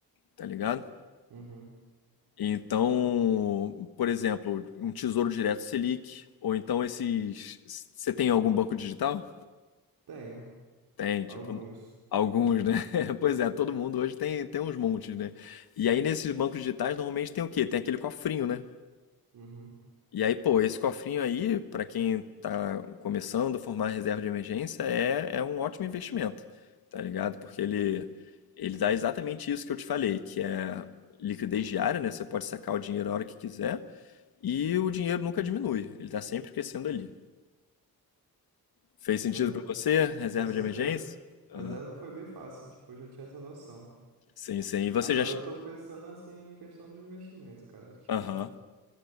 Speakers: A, on the left; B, on the right.
A: tá ligado?
B: uhum.
A: Então, por exemplo, um tesouro direto Selic, ou então esses. Você tem algum banco digital?
B: Tenho
A: Tem, tipo,
B: alguns.
A: alguns, né? <laughs> Pois é, todo mundo hoje tem, tem uns montes, né? E aí nesses bancos digitais normalmente tem o quê? Tem aquele cofrinho, né?
B: Uhum.
A: E aí, pô, esse cofrinho aí, para quem tá começando a formar reserva de emergência, é, é um ótimo investimento, tá ligado? Porque ele, ele dá exatamente isso que eu te falei, que é liquidez diária, né? Você pode sacar o dinheiro a hora que quiser e o dinheiro nunca diminui, ele tá sempre crescendo ali. Fez sentido
B: Verdade.
A: para você, reserva
B: Com certeza.
A: de emergência? Ah,
B: Reserva foi bem fácil, tipo, eu já tinha essa noção.
A: sim, sim. E você
B: Agora
A: já. che-
B: eu tô pensando assim em questão do investimento, cara. Tipo.
A: Aham.